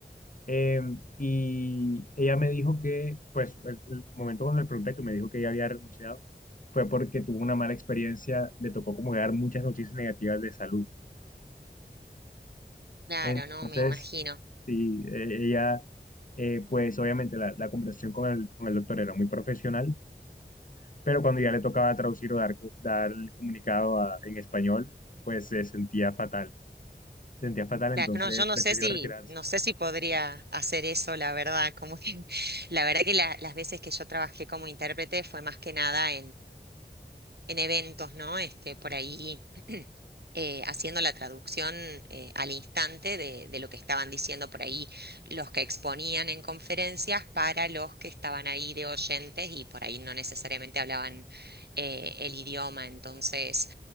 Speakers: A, on the left; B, on the right.
A: Eh, y ella me dijo que, pues el, el momento cuando le pregunté que me dijo que ella había renunciado, fue porque tuvo una mala experiencia, le tocó como que dar muchas noticias negativas de salud.
B: Claro,
A: Entonces,
B: no, me imagino.
A: Sí, eh, ella, eh, pues obviamente la, la conversación con el, con el doctor era muy profesional, pero cuando ya le tocaba traducir o dar, co- dar el comunicado a- en español, pues se sentía fatal, se sentía fatal, entonces
B: Claro, no, yo no
A: prefirió
B: sé si,
A: retirarse.
B: no sé si podría hacer eso, la verdad, como que, <laughs> la verdad que la- las veces que yo trabajé como intérprete fue más que nada en eventos, ¿no? Este, por ahí <clears throat> eh, haciendo la traducción eh, al instante de, de lo que estaban diciendo por ahí los que exponían en conferencias para los que estaban ahí de oyentes y por ahí no necesariamente hablaban eh, el idioma. Entonces,